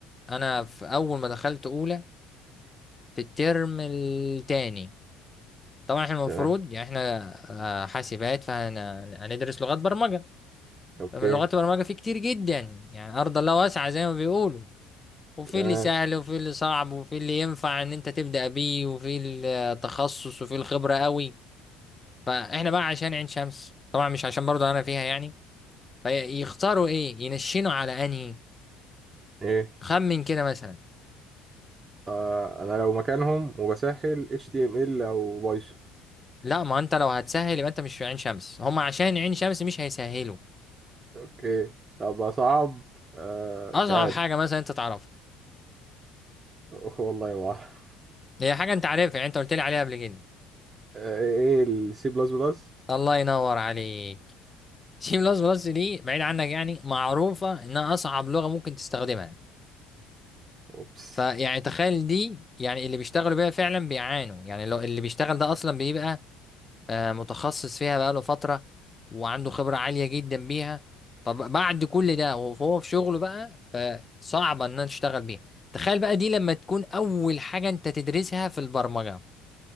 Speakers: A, on the left; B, on the right.
A: انا في اول ما دخلت اولى في الترم التاني طبعا احنا المفروض
B: تمام
A: يعني احنا آه، حاسبات فهندرس لغات برمجة
B: اوكي
A: فمن لغات البرمجة في كتير جدا يعني أرض الله واسعة زي ما بيقولوا وفي
B: تمام
A: اللي سهل وفي اللي صعب وفي اللي ينفع ان انت تبدأ بيه وفي التخصص وفي الخبرة قوي فاحنا بقى عشان عين شمس طبعا مش عشان برضه انا فيها يعني فيختاروا ايه ينشنوا على انهي
B: ايه
A: خمن كده مثلا
B: آه انا لو مكانهم وبسهل HTML او بايثون
A: لا ما انت لو هتسهل يبقى انت مش في عين شمس هم عشان عين شمس مش هيسهلوا
B: اوكي طب اصعب آه
A: اصعب
B: مش عارف
A: حاجة مثلا انت تعرفها
B: <laughs> والله ما أعرف.
A: هي حاجة انت عارفها يعني انت قلت لي عليها قبل كده
B: آه، ايه السي بلس بلس
A: الله ينور عليك سي بلس بلس دي بعيد عنك يعني معروفة انها اصعب لغة ممكن تستخدمها
B: اوبس
A: فيعني تخيل دي يعني اللي بيشتغلوا بيها فعلا بيعانوا يعني لو اللي بيشتغل ده اصلا بيبقى آه، متخصص فيها بقاله فترة وعنده خبرة عالية جدا بيها فبعد كل ده وهو في شغله بقى فصعبة ان أنا تشتغل بيها تخيل بقى دي لما تكون اول حاجة انت تدرسها في البرمجة